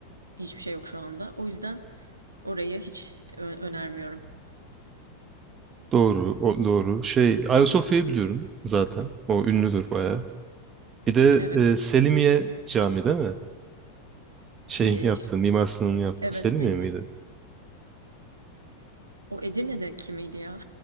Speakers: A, on the right; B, on the right.
A: hiçbir şey yok şu anda. O yüzden orayı hiç ö önermiyorum.
B: Doğru, o, doğru. Şey, Ayasofya'yı biliyorum zaten. O ünlüdür bayağı. Bir de
A: Evet.
B: e, Selimiye Camii değil mi? Şeyin
A: E,
B: yaptığı, <laughs> Mimar Sinan'ın yaptığı
A: Evet,
B: Selimiye
A: ünlü.
B: miydi?
A: O Edirne'deki miydi ya?